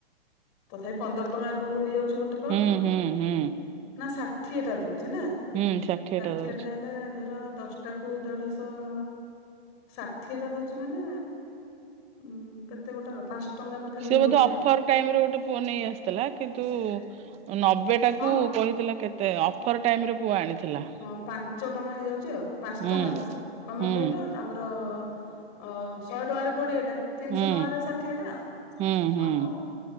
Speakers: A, on the left (about 35°); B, on the right (about 20°).
A: ତଥାପି ପନ୍ଦର ଟଙ୍କା ଏବେ ହେଇଯାଉଛି ଗୋଟେ ପାଉଚୁ
B: ହୁଁ ହୁଁ ହୁଁ
A: ନା ଷାଠିଏଟା ଦଉଛି ନା।
B: ହୁଁ ଷାଠିଏ
A: ଷାଠିଏଟା
B: ଟା ଦଉଛି
A: ହେଲେ ଧର ଦଶଟାକୁ ଦେଢଶହ ଷାଠିଏଟା ଦଉଛି ମାନେ ଉଁ କେତେ ଗୋଟାକ ପାଞ୍ଚ ଟଙ୍କା ପାଖାପାଖି
B: ସେ ବୋଧେ
A: ପଡୁଛି
B: ଅଫର
A: ଆଉ
B: ଟାଇମରେ ଗୋଟେ ପୁଅ ନେଇ ଆସିଥିଲା କିନ୍ତୁ
A: ହଁ ସେଇଆ ହେଇଥିବ
B: ନବେ ଟାକୁ
A: ହଁ
B: କହିଥିଲା କେତେ ଅଫର୍ ଟାଇମରେ ପୁଅ ଆଣିଥିଲା।
A: ହଁ ପାଞ୍ଚଟଙ୍କା ହେଇଯାଉଛି ଆଉ ପାଞ୍ଚ
B: ହୁଁ
A: ଟଙ୍କା ହଉଛି କଣ ପାଇଁ
B: ହୁଁ
A: କହିଲ ଆମର ର ଅଁ ଶହେ ଟଙ୍କାରେ କୋଡିଏଟା। ତିନିଶହ
B: ହୁଁ
A: ଟଙ୍କାରେ ଷାଠିଏଟା ଆଉ
B: ହୁଁ ହୁଁ
A: ହଉ